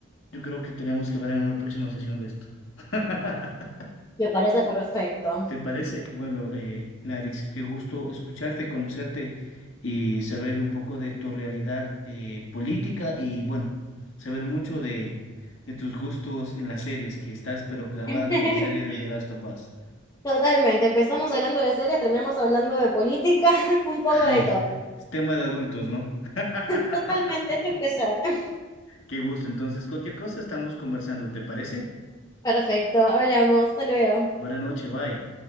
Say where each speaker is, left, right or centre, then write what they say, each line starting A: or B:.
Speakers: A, on the left; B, on the left.
A: Yo creo que tenemos que ver en una próxima sesión de esto. <laughs>
B: Me parece perfecto.
A: ¿Te parece? Bueno, eh, Larix, qué gusto escucharte, conocerte y saber un poco de tu realidad eh, política y bueno, saber mucho de, de tus gustos en las series, que estás pero clavada
B: <laughs>
A: con tu serie de The Last of Us.
B: Totalmente, empezamos hablando de series, terminamos hablando de política, <laughs> un poco
A: Ay,
B: de todo.
A: es tema de adultos, ¿no? <laughs>
B: Totalmente, esto es crecer. <laughs>
A: Qué gusto. Entonces, cualquier cosa estamos conversando, ¿te parece?
B: Perfecto, hablamos, hasta luego.
A: Buena noche, bye.